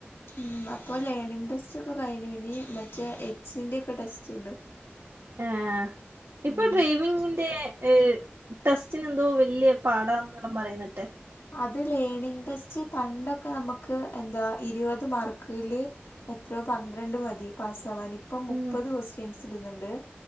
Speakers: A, on the left; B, on the right.
A: ഉ അപ്പൊ ലേണിംഗ ടെസ്റ്റ് ഒക്കെ കഴിഞ്ഞു ഇനി മറ്റേ എക്സിന്റെ ഒക്കെ ടെസ്റ്റ് ഉണ്ട്
B: ആ ഇപ്പൊ
A: ഉം
B: ഡ്രൈവിങ്ങിന്റെ ഏ ടെസ്റ്റന് എന്തോ വലിയ പാടാന്ന്ല്ലാം പറയുന്നട്ടെ
A: അത് ലേണിങ്ങ് ടെസ്റ്റ് പണ്ടൊക്കെ നമുക്ക് എന്താ ഇരുപത് മാർക്കില് എത്ര പന്ത്രണ്ട് മതി പാസ് സവാൻ ഇപ്പം മുപ്പത്
B: ഉം
A: കൊസ്റ്റ്യൻസ് ഇട്ന്ന്ണ്ട്